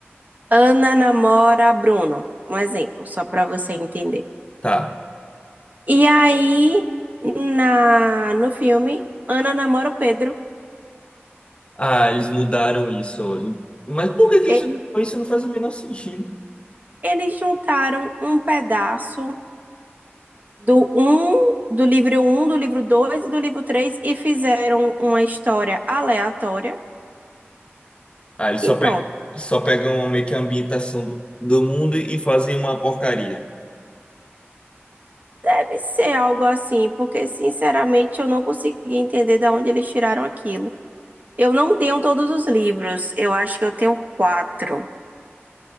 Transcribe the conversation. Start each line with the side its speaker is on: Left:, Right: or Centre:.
Right: Ana namora Bruno. Um exemplo, só para você entender.
Left: Tá.
Right: E aí, na, no filme, Ana namora o Pedro.
Left: Ah, eles mudaram isso. Mas por que que
Right: Ele
Left: isso, isso não faz o menor sentido?
Right: eles juntaram um pedaço do um, do livro um, do livro 2 e do livro 3 e fizeram uma história aleatória
Left: Ah, eles
Right: e
Left: só
Right: pronto.
Left: pegam, só pegam meio que a ambientação do, do mundo e fazem uma porcaria.
Right: Deve ser algo assim, porque sinceramente eu não consegui entender de onde eles tiraram aquilo. Eu não tenho todos os livros, eu acho que eu tenho quatro,